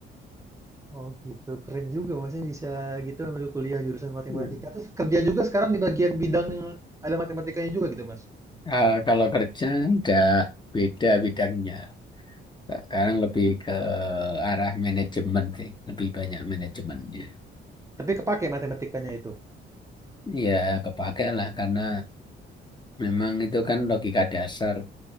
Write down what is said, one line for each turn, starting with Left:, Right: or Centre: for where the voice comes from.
Right: Oh gitu, keren juga Masnya bisa gitu ambil kuliah jurusan matematika.
Left: Hmm.
Right: Terus kerja juga sekarang di bagian bidang yang ada matematikanya juga gitu Mas.
Left: Eh, kalau kerja udah beda bidangnya. Sekarang lebih ke arah manajemen sih, lebih banyak manajemennya.
Right: Tapi kepake matematikanya itu.
Left: Ya, kepake lah karena Memang itu kan logika dasar.